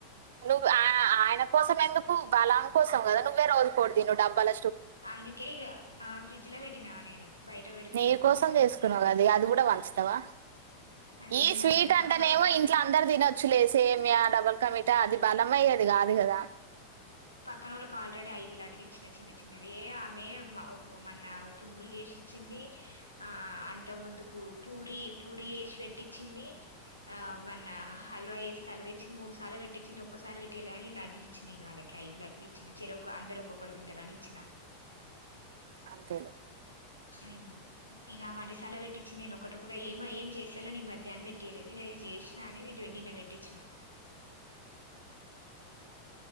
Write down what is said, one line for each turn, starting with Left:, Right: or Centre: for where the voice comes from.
Right: నువ్వు ఆ ఆయన కోసం ఎందుకు బలం కోసం కదా నువ్వే రోజు కొకటి తెను డబ్బల
Left: అందుకే ఇక ఆ ఫ్రిడ్జ్ లో పెట్టినావ నేను బయట పెడితే
Right: నీ
Left: ఎట్లుంటదేమో
Right: కోసం చేసుకున్నావు
Left: అని
Right: కది అది కూడా వంచుతావా
Left: అదేం
Right: ఈ స్వీట్
Left: మంచిది
Right: అంటేనేమో
Left: పక్కనోళ్ళ
Right: ఇంట్లో అందరు తినొచ్చులే సీమియా డబుల్ కమిట అది బలం అయ్యేది కాదు కదా
Left: పక్కన వాళ్ళకి ఆల్రెడీ ఐదు లడ్లు ఇచ్చిన చిన్న చిన్నవి ఎ ఆమె మన పునుగులు చేసి ఇచ్చింది ఆ అంత ముందుకు పూరి పూరి వేసి పెట్టించిింది ఆ మోన్న హల్వా వేస్తే అల్వ ఇచ్చింది మూడు సార్లు పెట్టించిింది ఒక్కసారి పెట్టేయాలి కాని లడ్లు ఇచ్చినాయి కాగా ఐదు లడ్లు ఇచ్చినా చెర ఒక అందరు ఒక్కొక్కటి తింటారని ఇచ్చినా
Right: అంతేలె
Left: ఊహు ఇక మనసాలా పెట్టించిింది నేను ఒకటి కూడా ఏమ ఏం చేసాలో నీ మధ్యాహ్న పెట్టేయలేదు జేష్ <unintelligible> అని నిన్న వెెట్టిచ్చిన